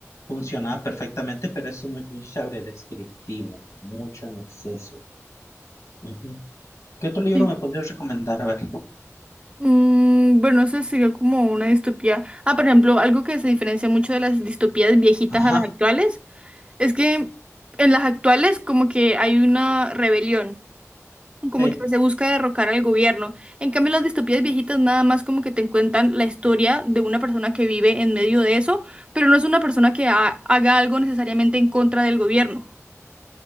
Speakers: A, on the left; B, on the right.
A: funcionaba perfectamente, pero es muy, muy sobredescriptivo, mucho en exceso. Ujú. ¿Qué otro libro
B: Sí.
A: me podrías recomendar? A ver.
B: Mm, bueno, eso sería como una distopía. Ah, por ejemplo, algo que se diferencia mucho de las distopías viejitas
A: Ajá,
B: a las actuales es que en las actuales como que hay una rebelión, como
A: sí,
B: que se busca derrocar al gobierno. En cambio, las distopías viejitas nada más como que te cuentan la historia de una persona que vive en medio de eso, pero no es una persona que ha- haga algo necesariamente en contra del gobierno.